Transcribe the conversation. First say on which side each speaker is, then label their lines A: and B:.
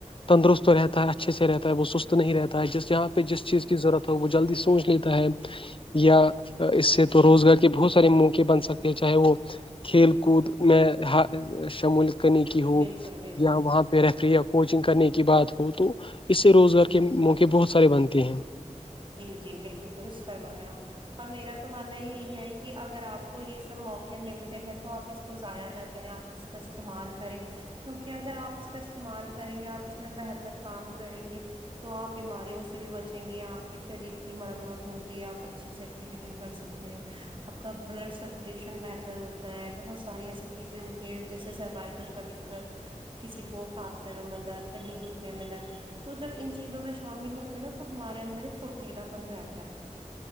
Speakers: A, on the left; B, on the right.
A: تندرست رہتا ہے اچھے سے رہتا ہے وہ سست نہیں رہتا ہے جس یہاں پہ جس چیز کی ضرورت ہو وہ جلدی سوچ لیتا ہے یا اس سے تو روزگار کے بہت سارے موقع بن سکتے ہیں چاہے وہ کھیل کود میں ہر شمولیت کرنے کی ہوں
B: بالکل بالکل
A: یہاں وہاں ذرا فری یا کوچنگ کرنے کی بات ہو تو اس سے روزگار کے موقع بہت سارے بنتے ہیں
B: جی جی بالکل درست فرمایا اور میرا تو ماننا یہی ہے کہ اگر آپ کو یہ سب موقع ملتے ہیں تو آپ اس کو ضائع نہ کریں آپ اس کا استعمال کریں کیونکہ اگر آپ اس کا استعمال کریں گے آپ اس میں بہتر کام کریں گے تو آپ بیماریوں سے بھی بچیں گے آپ کے شریر کی مرمت ہوگی آپ اچھی سے ایکٹیویٹیز کر سکتے ہیں آپ کا بلڈ سرکولیشن بہتر تر ہوتا ہے بہت ساری ایسی چیزیں ہوتی ہیں جیسے سروائیکل کا دقت کسی کو ہاتھ پیروں میں درد کہیں گھٹنے میں درد تو جب ان چیزوں میں شامل ہوتے ہیں نا تو ہمارے اندر ایک فرتیلا پن رہتا ہے